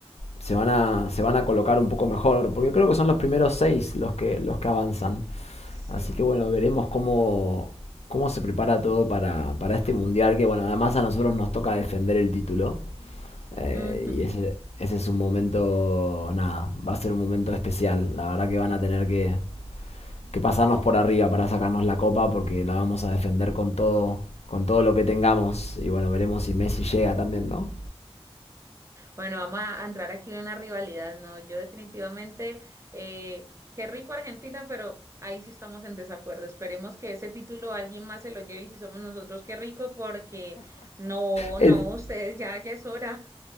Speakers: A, on the left; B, on the right.
A: se van a, se van a colocar un poco mejor, porque creo que son los primeros seis los que, los que avanzan.
B: sí.
A: Así que bueno, veremos cómo, cómo se prepara todo para, para este mundial, que bueno, además a nosotros nos toca defender el título. Eh,
B: Ujú.
A: y ese, ese es un momento, nada, va a ser un momento especial. La verdad que van a tener que, que pasarnos por arriba para sacarnos la copa, porque la vamos a defender con todo, con todo lo que tengamos. Y bueno, veremos si Messi llega también, ¿no?
B: Bueno, vamos a a entrar aquí en una rivalidad, ¿no? Yo definitivamente, eh, qué rico Argentina, pero ahí sí estamos en desacuerdo. Esperemos que ese título alguien más se lo lleve y si somos nosotros, qué rico, porque no,
A: El,
B: no, ustedes ya, ya es hora.